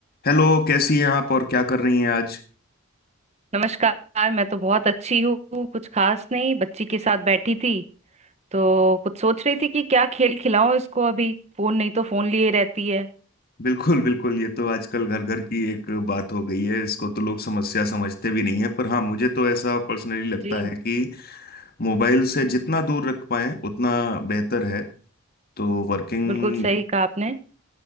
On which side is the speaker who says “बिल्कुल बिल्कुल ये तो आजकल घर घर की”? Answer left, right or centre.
Left